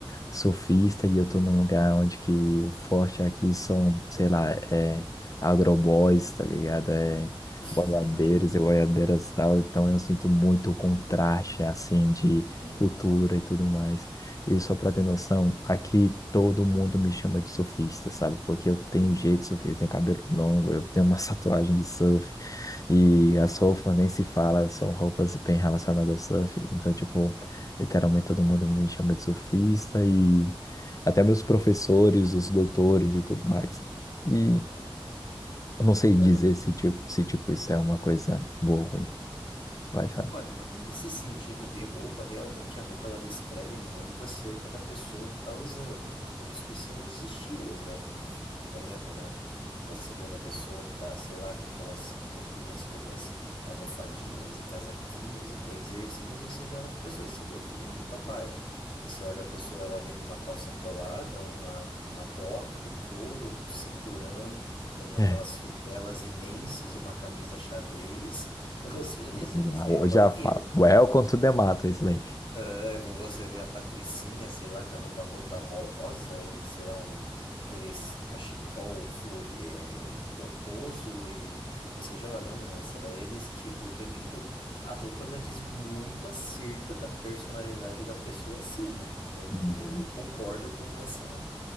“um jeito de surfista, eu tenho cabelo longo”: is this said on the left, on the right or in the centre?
Left